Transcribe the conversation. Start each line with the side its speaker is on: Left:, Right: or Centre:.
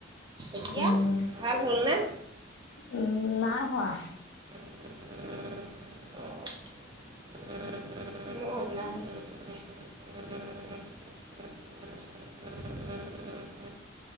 Right: এতিয়া
Left: উম,
Right: ভাল হল নে
Left: উম নাই হোৱা
Right: উ অ ল উ উ